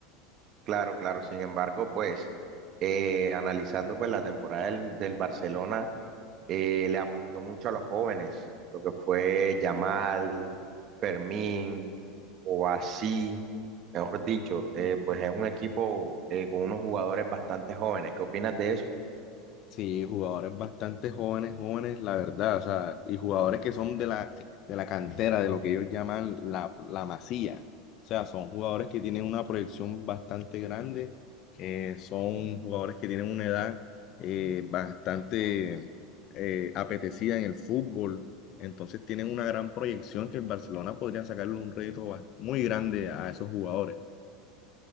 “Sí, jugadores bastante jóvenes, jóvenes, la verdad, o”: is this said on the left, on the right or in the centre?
Left